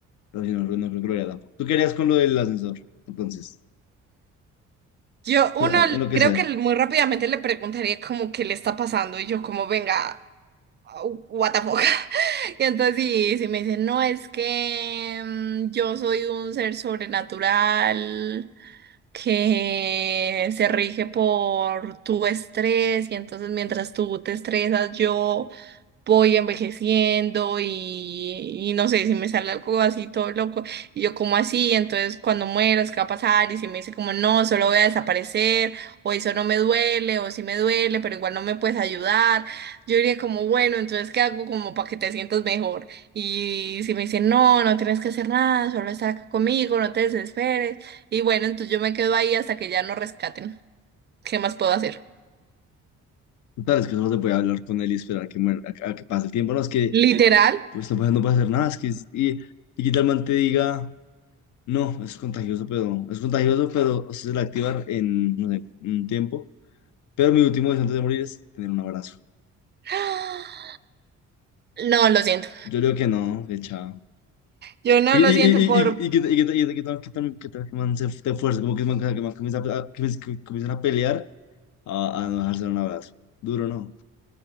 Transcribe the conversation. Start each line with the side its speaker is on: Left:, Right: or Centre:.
Left: Pero si no, no creo que lo haría tampoco. ¿Tú qué harías con lo del ascensor? Entonces,
Right: Yo, uno,
Left: so- en- enloquecer.
Right: creo que muy rápidamente le preguntaría como qué le está pasando. Y yo como, venga, what the fuck. <laughs> Y entonces si, si me dicen, no, es que mm, yo soy un ser sobrenatural. que se rige por tu estrés y entonces mientras tú te estresas, yo voy envejeciendo y, y no sé, si me sale algo así todo loco, y yo como así, entonces cuando mueras, ¿qué va a pasar? Y si me dice como no, solo voy a desaparecer, o eso no me duele, o sí me duele, pero igual no me puedes ayudar, yo diría como bueno, entonces ¿qué hago como para que te sientas mejor? Y si me dice no, no tienes que hacer nada, solo estar acá conmigo, no te desesperes, y bueno, entonces yo me quedo ahí hasta que ya nos rescaten, ¿qué más puedo hacer?
Left: Total, es que solo se puede hablar con él y esperar que muera, a, a que pase el tiempo. No, es que
Right: <laughs> Literal.
Left: pues no puede, no puede hacer nada. Es que, es- y, y que tal man te diga, no, es contagioso, pero es contagioso, pero se suele activar en, no sé, un tiempo. Pero mi último deseo antes de morir es tener un abrazo.
Right: <gasps> No, lo siento.
Left: Yo creo que no, que chao.
Right: Yo no
Left: Y, y,
Right: lo siento
Left: y,
Right: por,
Left: y, y, y que y que- y que- que tal que tal- que tal que man se te fuerza, como que man, que man comienza a, a- que comienza- que comienzan a pelear a, a no dejarse dar un abrazo. Duro, ¿no?